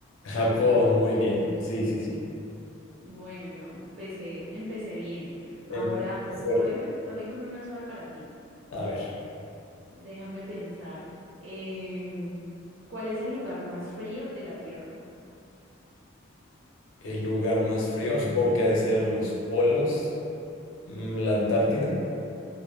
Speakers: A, on the left (about 75°); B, on the right (about 60°).
A: Japón, muy bien. Sí, sí, sí.
B: Bueno, no, empecé, empecé bien. Ahora
A: Em-
B: voy
A: fuerte.
B: a empezar también con una suave para ti.
A: A ver,
B: Déjame pensar, em, ¿cuál es el lugar más frío de la Tierra?
A: el lugar más frío, supongo que ha de ser los polos, mm, la Antártida.